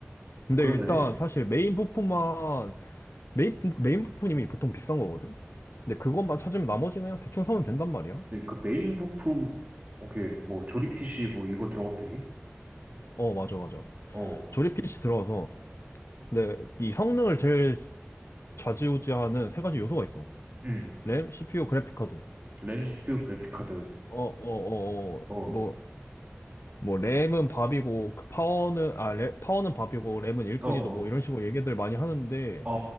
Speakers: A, on the left; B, on the right.
A: 근데
B: 그러네.
A: 일단 사실 메인 부품만, 메인, 메인 부품이 보통 비싼 거거든? 근데 그것만 찾으면 나머지는 그냥 대충 사면 된단 말이야.
B: 근데 그 메인 부품, 오케이, 뭐, 조립 PC 뭐, 이거 들어가면 되니?
A: 어, 맞아, 맞아.
B: 어,
A: 조립 PC 들어가서 근데 이 성능을 제일 좌지우지하는 세 가지 요소가 있어.
B: 음.
A: 램, CPU, 그래픽 카드.
B: 램 CPU 그래픽 카드.
A: 어, 어, 어, 어.
B: 어,
A: 뭐, 뭐 램은 밥이고 그 파워는 아, 램, 파워는 밥이고 램은 일꾼이다
B: 어, 어.
A: 뭐 이런 식으로 얘기들 많이 하는데
B: 어, 어,